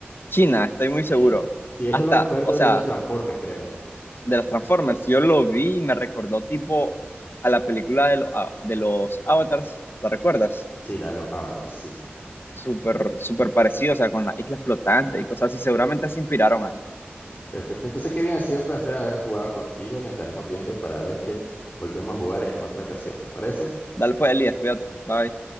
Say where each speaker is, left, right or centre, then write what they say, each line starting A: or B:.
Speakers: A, on the left (about 60°); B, on the left (about 45°).
A: China, estoy muy
B: China.
A: seguro.
B: Sí, esto
A: Hasta,
B: lo recuerdo
A: o sea,
B: de los Transformers, creo.
A: de los Transformers, yo lo vi y me recordó tipo a la película de, lo- a- de los Avatars, ¿la recuerdas?
B: Sí, la de los avatars, sí.
A: Súper, súper parecido, o sea, con la isla flotante y cosas así. Seguramente se inspiraron ahí.
B: Perfecto. Entonces, qué bien, ha sido un placer haber jugado contigo. Nos estaremos viendo para ver que s- volvemos a jugar en otra ocasión. ¿Te parece?
A: Dale pues, Elías, cuídate. Bye.